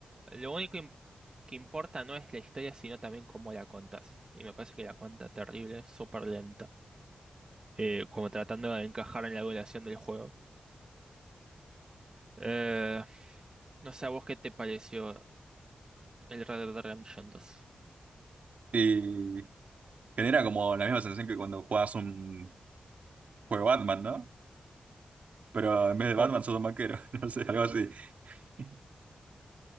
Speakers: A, on the right; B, on the right.
A: lo único im- que importa no es la historia, sino también cómo la contas. Y me parece que la cuenta terrible, súper lenta. eh, como tratando de encajar en la evaluación del juego. Eh, no sé, ¿a vos qué te pareció el Red Dead Redemption 2?
B: Y Genera como la misma sensación que cuando juegas un juego Batman, ¿no? Pero en vez de
A: ¿Cómo?
B: Batman sos un banquero, <laughs> no sé, algo así. <laughs>